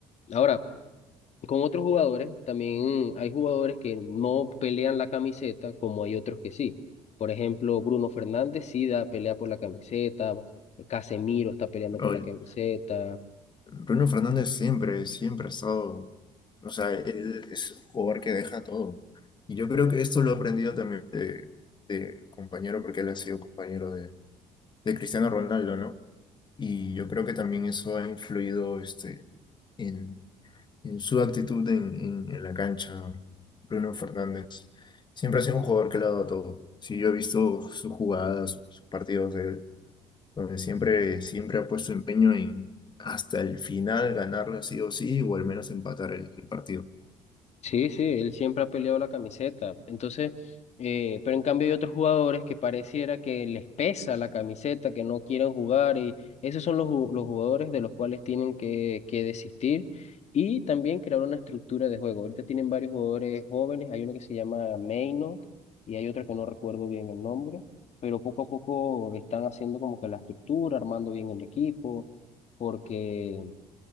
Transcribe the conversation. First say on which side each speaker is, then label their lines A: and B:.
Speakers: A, on the left; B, on the left.
A: Ahora, con otros jugadores, también hay jugadores que no pelean la camiseta como hay otros que sí. Por ejemplo, Bruno Fernández sí da, pelea por la camiseta, Casemiro está peleando
B: Raúl,
A: por la camiseta,
B: Bruno Fernández siempre, siempre ha estado, o sea, él es un jugador que deja todo. Y yo creo que esto lo he aprendido también de, de compañero, porque él ha sido compañero de, de Cristiano Ronaldo, ¿no? Y yo creo que también eso ha influido este, en, en su actitud en, en- en la cancha, Bruno Fernández. Siempre ha sido un jugador que le ha dado todo. Sí, yo he visto sus jugadas, sus partidos, donde siempre, siempre ha puesto empeño en hasta el final ganarla sí o sí, o al menos empatar el, el partido.
A: Sí, sí, él siempre ha peleado la camiseta. Entonces, eh, pero en cambio hay otros jugadores que pareciera que les pesa la camiseta, que no quieren jugar y esos son los, ju- los jugadores de los cuales tienen que, que desistir y también crear una estructura de juego. Ahorita tienen varios jugadores jóvenes, hay uno que se llama Meino y hay otro que no recuerdo bien el nombre, pero poco a poco están haciendo como que la estructura, armando bien el equipo, porque...